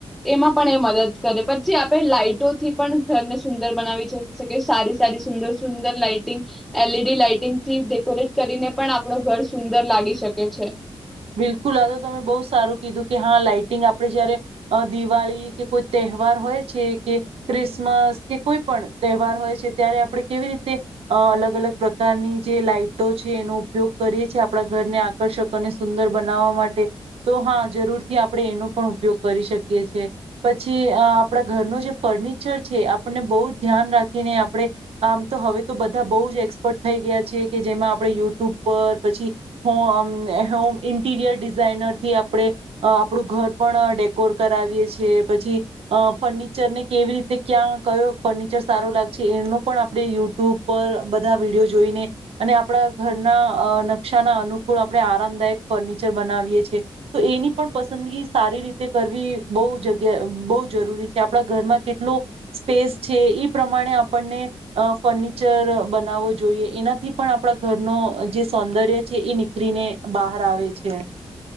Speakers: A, in the centre; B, on the right.
A: એમાં પણ એ મદદ કરે. પછી આપે લાાઈટોથી પણ ઘરને સુંદર બનાવી શકી સારી સારી સુંદર સુંદર લાાઈટિંગ એલ ઈ ડી લાાઈટિંગથી ડેકોરેટ કરીને પણ આપણો ઘર સુંદર લાગી શકે છે.
B: બિલકુલ આ તો તમે બહુ સારું કીધું કે હા લાાઈટિંગ આપણે જયારે દિવાળી કે કોઈ તહેવાર હોય છે કે ક્રિસમસ કે કોઈ પણ તહેવાર હોય છે ત્યારે આપણે કેવી રીતે અ અલગ અલગ પ્રકારની જે લાઈટો છે એનો ઉપયોગ કરીએ છીએ આપણા ઘરને આકર્ષક અને સુંદર બનાવવા માટે તો હા જરૂરથી આપણે એનો પણ ઉપયોગ કરી શકીએ છે. પછી આપણા ઘરનો જે ફર્નિચર છે આપણને બહુ જ ધ્યાન રાખીને આપણે આમ તો હવે તો બધા બહુ જ એક્સપર્ટ થઈ ગયા છે કે જેમાં આપણે યુટ્યુબ પર પછી હો આમ ઇન્ટીરિયર ડિઝાઇનરથી આપણે આપણું ઘર પણ ડેકોર કરાવીએ છીએ પછી અ ફર્નિચરને કેવી રીતે ક્યાં કયો ફર્નિચર સારો લાગશે એનો પણ આપણે યુટ્યુબ પર બધા વિડીયો જોઈને અને આપણા ઘરના અ નકશાના અનુકૂળ આપણે આરામદાયક ફર્નિચર બનાવીએ છે તો એનિ પન પસંદગી સારી રીતે કરવી બોવ જગ્યા બોવ જરૂરી છે. આપણા ઘરમાં કેટલો સ્પેસ છે, ઈ પ્રમાણે આપને અ ફર્નિચર બનાવવું જોઈએ. એનાથી પણ આપણા ઘરની જે સૌદર્ય છે એ નિખરીને બા બહાર આવે છે.